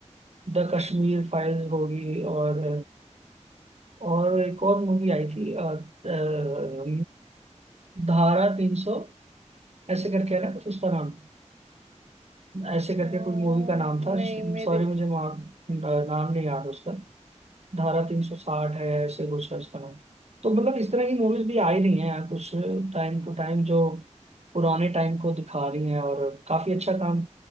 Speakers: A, on the right; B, on the right.
A: द कश्मीर फाइल्स होगी और और एक और मूवी आई थी अ, अ, धारा तीन सौ ऐसे करके है ना कुछ उसका नाम ऐसे करके
B: हाँ,
A: कुछ मूवी का नाम था
B: नहीं मेरे
A: सॉरी मुझे वहाँ, अ, नाम नहीं याद उसका धारा तीन सौ साठ है ऐसे कुछ है उसका नाम तो मतलब इस तरह की मूवीज भी आ ही रही हैं यार कुछ टाइम टू टाइम जो पुराने टाइम को दिखा रही हैं और काफी अच्छा काम